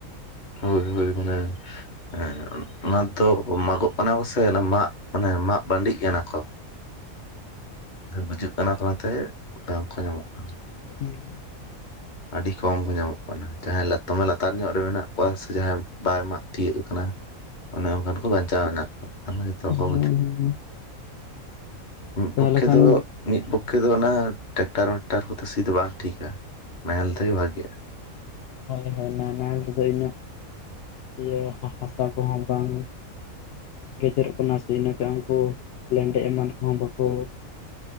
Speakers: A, on the left; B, on the left.
A: ᱦᱳᱭ ᱦᱳᱭ ᱢᱟᱱᱮ ᱦᱮᱸ ᱚᱱᱟ ᱫᱚ ᱢᱟᱜᱚᱜ ᱠᱟᱱᱟ ᱠᱚ ᱥᱮ ᱢᱟᱜ ᱢᱟᱱᱮ ᱢᱟᱜ ᱵᱟᱸᱰᱤᱜ ᱠᱟᱱᱟ ᱠᱚ ᱾ ᱵᱩᱡᱷᱟᱹᱜ ᱠᱟᱱᱟ ᱠᱚ ᱚᱱᱟ ᱛᱮ ᱵᱟᱝ ᱠᱚ ᱧᱟᱢᱚᱜ ᱠᱟᱱᱟ ᱾
B: ᱦᱩᱸ ᱾
A: ᱟᱹᱰᱤ ᱠᱚᱢ ᱠᱚ ᱧᱟᱢᱚᱜ ᱠᱟᱱᱟ, ᱡᱟᱦᱟᱸᱭ ᱞᱟᱛ ᱫᱚᱢᱮ ᱞᱟᱛᱟᱨ ᱧᱚᱜ ᱨᱮ ᱢᱮᱱᱟᱜ ᱠᱚᱣᱟ ᱥᱮ ᱡᱟᱦᱟᱸᱭ ᱵᱟᱭ ᱢᱟᱜ ᱛᱤᱭᱟᱹᱜᱚᱜ ᱠᱟᱱᱟ ᱾ ᱚᱱᱮ ᱚᱱᱠᱟᱱ ᱠᱚ ᱵᱟᱧᱪᱟᱣ ᱢᱮᱱᱟᱜ ᱠᱚ ᱵᱟᱠᱷᱟᱱ ᱦᱚᱭᱛᱚ
B: ᱦᱩᱸ
A: ᱠᱚ ᱜᱩᱡᱩᱜ ᱢᱤᱫ
B: ᱛᱟᱦᱚᱞᱮ
A: ᱯᱚᱠᱠᱷᱮ
B: ᱠᱷᱟᱱ
A: ᱫᱚ ᱢᱤᱫ ᱯᱚᱠᱠᱷᱮ ᱫᱚ ᱚᱱᱟ ᱴᱮᱠᱴᱟᱨᱠ ᱢᱮᱠᱴᱟᱨ ᱠᱚᱛᱮ ᱥᱤ ᱫᱚ ᱵᱟᱝ ᱴᱷᱤᱠᱟ, ᱱᱟᱦᱮᱞ ᱛᱮᱜᱮ ᱵᱷᱟᱜᱤᱭᱟ ᱾
B: ᱦᱳᱭ ᱦᱳᱭ ᱱᱟ-ᱱᱟᱦᱮᱞ ᱛᱤᱫᱚ ᱤᱱᱟᱹᱜ ᱤᱭᱟᱹ ᱦᱟ-ᱦᱟᱥᱟ ᱠᱚᱦᱚᱸ ᱵᱟᱝ ᱜᱮᱡᱮᱨᱚᱜ ᱠᱟᱱᱟ ᱥᱮ ᱤᱱᱟᱹ ᱠᱷᱟᱜ ᱩᱝᱠᱩ ᱞᱮᱸᱰᱮᱜ ᱮᱢᱟᱱ ᱠᱚᱦᱚᱸ ᱵᱟᱠᱚ